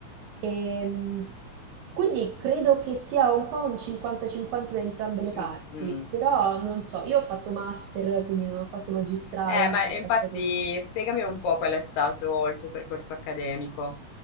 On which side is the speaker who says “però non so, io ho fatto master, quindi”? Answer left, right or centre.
Right